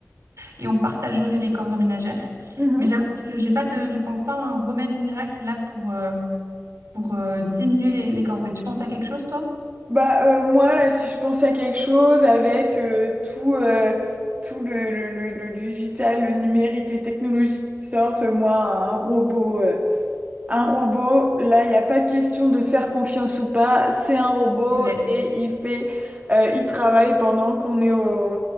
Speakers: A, on the right; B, on the right.
A: et on partagerait les corvées ménagères.
B: Mhm.
A: Mais j'avoue que je- j'ai pas de, je pense pas à un remède miracle là pour, euh, pour euh, diminuer les, les corvées. Tu penses à quelque chose, toi?
B: Bah, euh, moi, là, si je pense à quelque chose avec euh, tout, euh, tout le, le, le, le digital, le numérique, les technologies qui sortent, moi, un robot. euh, un robot, là, il n'y a pas de question de faire confiance ou pas. C'est un robot
A: C'est vrai.
B: et il fait, euh, il travaille pendant qu'on est au,